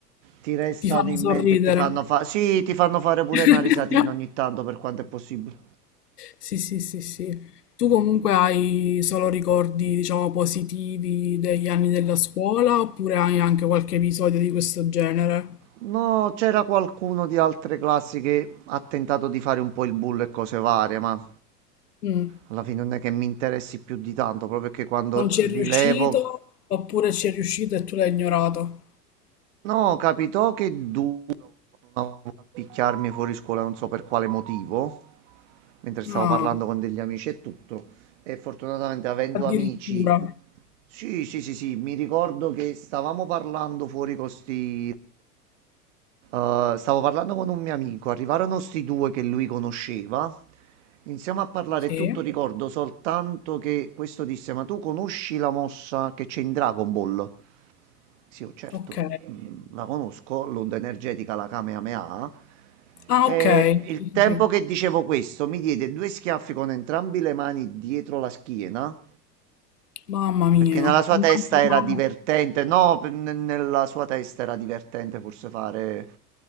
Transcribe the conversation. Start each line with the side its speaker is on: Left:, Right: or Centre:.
Right: ti restano
Left: ti fanno
Right: in
Left: sorridere.
Right: mente e ti fanno fare... Sì, ti fanno fare pure una
Left: <laughs>
Right: risatina ogni tanto per quanto è possibile.
Left: Sì, sì, sì, sì. Tu comunque hai solo ricordi, diciamo, positivi degli anni della scuola oppure hai anche qualche episodio di questo genere?
Right: No, c'era qualcuno di altre classi che ha tentato di fare un po' il bullo e cose varie, ma...
Left: Mm.
Right: Alla fine non è che mi interessi più di tanto, proprio perché quando
Left: Non ci
Right: rilevo...
Left: è riuscito oppure ci è riuscito e tu l'hai ignorato?
Right: No, capitò che duro a picchiarmi fuori scuola, non so per quale motivo, mentre stavo
Left: Ah,
Right: parlando con degli amici e tutto. E fortunatamente avendo
Left: addirittura.
Right: amici... Sì, sì, sì, sì, mi ricordo che stavamo parlando fuori con sti Uh, stavo parlando con un mio amico, arrivarono sti due che lui conosceva. Iniziamo a parlare
Left: Sì,
Right: e tutto, Sì. ricordo soltanto che questo disse: Ma tu conosci la mossa che c'è in Dragon Ball? Sì, oh, certo,
Left: ok.
Right: mm, la conosco, l'onda energetica, la Kamehameha.
Left: Ah,
Right: E
Left: ok.
Right: il
Left: Sì, sì,
Right: tempo
Left: sì.
Right: che dicevo questo mi diede due schiaffi con entrambi le mani dietro la schiena
Left: Mamma mia.
Right: perché nella sua
Left: Immagino-
Right: testa era divertente, no, pe- ne- nella sua testa era divertente forse fare